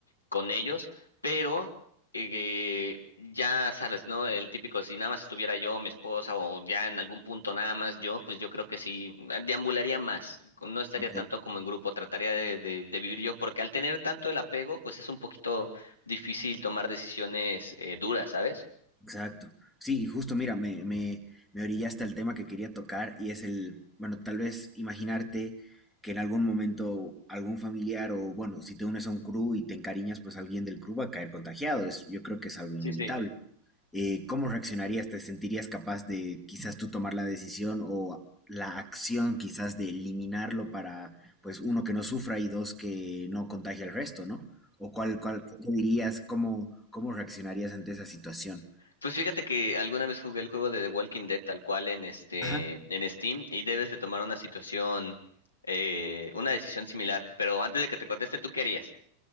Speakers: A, on the left (about 80°); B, in the centre.
A: con ellos. Pero eh, ya sabes, ¿no? El típico, si nada más estuviera yo, mi esposa o ya en algún punto nada más yo, pues yo creo que sí, eh, deambularía más. No estaría
B: ok.
A: tanto como en grupo, trataría de, de, de vivir yo, porque al tener tanto el apego, pues es un poquito difícil tomar decisiones eh, duras, ¿sabes?
B: Exacto. Sí, y justo mira, me, me, me orillaste al tema que quería tocar y es el, bueno, tal vez imaginarte que en algún momento algún familiar o, bueno, si te unes a un crew y te encariñas, pues alguien del crew va a caer contagiado. Es, yo creo que es algo inevitable.
A: Sí, sí.
B: Eh, ¿cómo reaccionarías? ¿Te sentirías capaz de quizás tú tomar la decisión o la acción quizás de eliminarlo para, pues, uno, que no sufra y dos, que no contagie al resto, ¿no? ¿O cuál, cuál, qué te dirías? ¿Cómo, cómo reaccionarías ante esa situación?
A: Pues fíjate que alguna vez jugué el juego de The Walking Dead tal cual en este
B: Ajá.
A: en Steam y debes de tomar una situación, eh, una decisión similar. Pero antes de que te conteste, ¿tú qué harías?